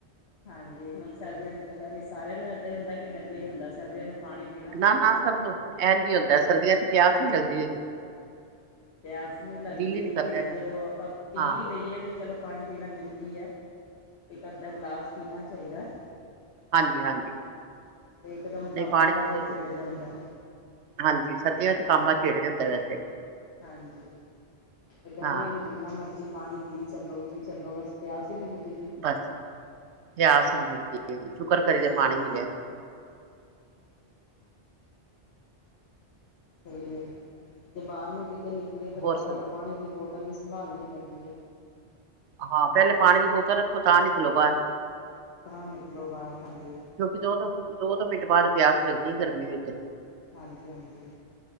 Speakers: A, on the left; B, on the right.
A: ਹਾਂਜੀ ਹੁਣ ਸਰਦੀਆਂ ਚ ਪਤਾ ਨੀ ਸਾਰਿਆਂ ਨੂੰ ਏਦਾਂ ਈ ਹੁੰਦਾ ਕਿ ਮੈਨੂੰ ਈ ਹੁੰਦਾ ਸਰਦੀਆਂ ਨੂੰ ਪਾਣੀ ਪੀਣਾ
B: ਨਾ-ਨਾ ਸਭ ਨੂੰ, ਐਨਜ ਈ ਹੁੰਦਾ ਸਰਦੀਆਂ ਚ ਪਿਆਸ ਈ ਨੀ ਲੱਗਦੀ ਹੈਗੀ
A: ਪਿਆਸ ਨੀ ਲੱਗਦੀ
B: ਦਿਲ ਹੀ ਨੀ ਕਰਦਾ
A: ਤੇ
B: ਹੈਗਾ
A: ਜਦੋਂ ਆਪਾਂ ਪੀ
B: ਹਾਂ
A: ਵੀ ਲਈਏ ਚਲੋ ਪਾਨੀ ਪੀਨਾ ਜ਼ਰੂਰੀ ਐ ਏਕ ਅੱਧਾ ਗਲਾਸ ਪੀਨਾ ਚਾਈਦਾ।
B: ਹਾਂਜੀ-ਹਾਂਜੀ।
A: ਇਕਦਮ
B: ਨੀ
A: ਤਾਂਬਾ
B: ਪਾਨੀ ਤੇ
A: ਜਿਹਾ
B: ਬੋਤ ਜਰੂ,
A: ਛਿੜ ਜਾਂਦਾ।
B: ਹਾਂਜੀ ਸਰਦੀਆਂ ਚ ਕਾਮਬਾ ਛੇਡ ਜਾਂਦਾ ਐ ਵੈਸੇ
A: ਹਾਂਜੀ ਤੇ ਗਰਮੀਆਂ
B: ਹਾਂ
A: ਨੂੰ ਜਿੰਨਾ ਮਰਜੀ ਪਾਨੀ ਪੀ ਚੱਲੋ ਪੀ ਚਲੋ ਬਸ ਪਿਆਸ ਹੀ ਨੀ ਬੁਜ
B: ਬਸ, ਪਿਆਸ ਈ ਨੀ ਬੁੱਝਦੀ ਹੈਗੀ ਸ਼ੁਕਰ ਕਰੀ
A: ਹਾਂਜੀ
B: ਦਾ ਪਾਨੀ ਮਿਲਿਆ।
A: ਸਈ ਐ, ਜੇ ਬਾਰ ਨੂੰ ਕਿਤੇ ਨਿਕਲੀਏ ਤੇ
B: ਹੋਰ
A: ਪੈਲਾਂ
B: ਸੁਣ
A: ਤੇ ਪਾਨੀ ਦੀ ਬੋਟਲ ਨੀ ਸੰਭਾਲਣੀ ਪੈਂਦੀ ਏ।
B: ਹਾਂ ਪੈਲੇ ਪਾਨੀ ਦੀ ਬੋਤਲ ਰੱਖੋ ਤਾਂ ਨਿਕਲੋ ਬਾਰ
A: ਤਾਂ ਨਿਕਲੋ ਬਾਰ ਹਾਂਜੀ।
B: ਕਿਉਂਕਿ ਦੋ-ਦੋ, ਦੋ-ਦੋ ਮਿੰਟ ਬਾਦ ਪਿਆਸ ਲਗਦੀ ਗਰਮੀ ਵਿੱਚ
A: ਹਾਂਜੀ-ਹਾਂਜੀ